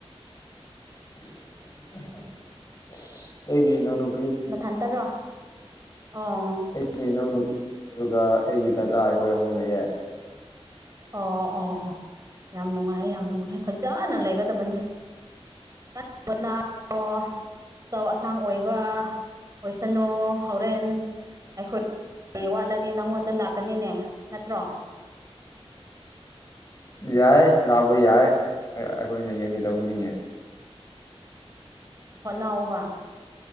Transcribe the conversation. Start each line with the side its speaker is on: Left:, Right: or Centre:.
Left: <unintelligible>
Right: ꯅꯊꯥꯟꯇꯔꯣ ꯑꯣ
Left: ꯑꯩꯒꯤ ꯏꯅꯥꯎꯅꯨꯄꯤ ꯑꯗꯨꯒ ꯑꯩꯒꯤ ꯗꯗꯥꯗꯥ ꯑꯩꯈꯣꯏ ꯍꯧꯣꯡꯅꯩꯌꯦ
Right: ꯑꯣ ꯑꯣ ꯑꯣ ꯌꯥꯝ ꯅꯨꯡꯉꯥꯏ ꯌꯥꯝ ꯅꯨꯡꯉꯥꯏ ꯐꯖꯟꯅ ꯂꯩꯒꯗꯕꯅꯦ꯫ <unintelligible> ꯑꯆꯧ ꯑꯁꯥꯡ ꯑꯣꯏꯕ ꯑꯣꯏꯁꯅꯣ ꯍꯧꯔꯦꯟ꯫ ꯑꯩꯈꯣꯏ ꯋꯥꯠꯂꯗꯤ ꯅꯪꯉꯣꯟꯗ ꯂꯥꯛꯀꯅꯤꯅꯦ ꯅꯠꯇ꯭ꯔꯣ꯫
Left: ꯌꯥꯏ ꯂꯥꯛꯄ ꯌꯥꯏ ꯑꯩꯈꯣꯏꯅ ꯌꯦꯡꯒꯗꯧꯕꯅꯤꯅꯦ꯫
Right: ꯍꯣꯠꯅꯧꯕ